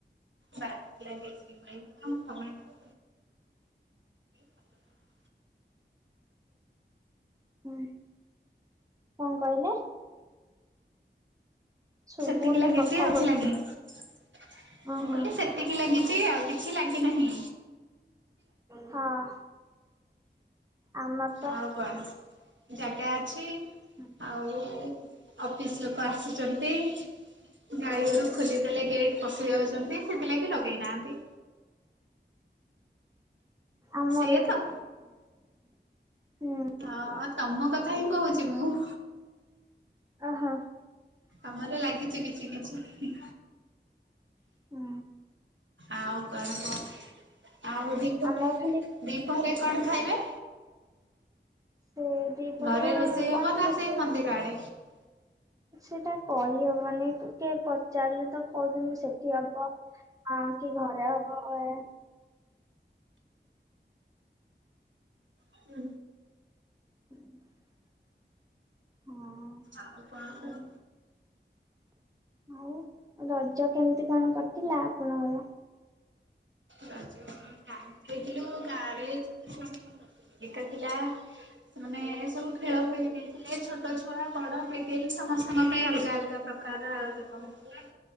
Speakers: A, on the right; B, on the right.
A: ବାରିରେ ଲାଗିଚି ବାଇଗଣ, ଟମାଟର କଲରା।
B: ହୁଁ, କଣ କହିଲେ? ଶୁଭୁନି
A: ସେତିକି ଲାଗିଚି
B: କଥା
A: ଆଉ କିଛି
B: ଗୋ
A: ଲାଗିନି। ମୁଁ
B: ଉଁ ହୁଁ
A: କହିଲି ସେ ସେତିକି ଲାଗିଚି ଆଉ କିଛି ଲାଗିନାହିଁ।
B: ହଁ। ଆମର ତ
A: ଆଉ କଣ? ଜାଗା ଅଛି
B: ହୁଁ।
A: ଆଉ ଅଫିସ ଲୋକ ଆସୁଚନ୍ତି। ଗାଈଗୋରୁ ଖୋଲି ଦେଲେ ଗେଟ୍ ପଶି ଯାଉଚନ୍ତି ସେଥିଲାଗି ଲଗେଇ ନାହାନ୍ତି।
B: ଆମର
A: ସେଇଆ
B: ବି।
A: ତ
B: ହୁଁ
A: ହଁ ତମ କଥା ହିଁ କହୁଚି ମୁଁ।
B: ଅ ହ।
A: ଆମର ଲାଗିଚି କିଛି କିଛି।
B: ଉଁ
A: ଆଉ କଣ କୁହ। ଆଉ ଦିପହରେ
B: ଆମର ଖାଲି
A: ଦିପହରେ କଣ ଖାଇବେ?
B: ସେ ଦିପହରେ
A: ଘରେ ରୋଷେଇ ହବ
B: କଣ
A: ନା
B: ରୋଷେଇ
A: <unintelligible>
B: ସେଟା କହିହବନି। କିଏ ପଚାରିଲେ ତ କହୁଛନ୍ତି ସେଠି ହବ ଅ କି ଘରେ ହବ। ଅ ଏ
A: ହୁଁ।
B: <inaudible> ହଁ।
A: ଆଉ କଣ କୁହ?
B: ଆଉ ଆଉ ରଜ କେମିତି କଣ କଟିଲା ଆପଣଙ୍କର?
A: ରଜ କାଟିଥିଲୁ ଗାଁ ରେ। <unintelligible> ଏଇଟା ଥିଲା ସେମାନେ ସବୁ ଖେଳ ଖେଳି ନେଇଥିଲେ। ଛୋଟ ଛୁଆ ବଡ ମିଡିଲ୍ ସମସ୍ତଙ୍କ ପାଇଁ ଅଲଗା ଅଲଗା। <unintelligible> ଡାନ୍ସ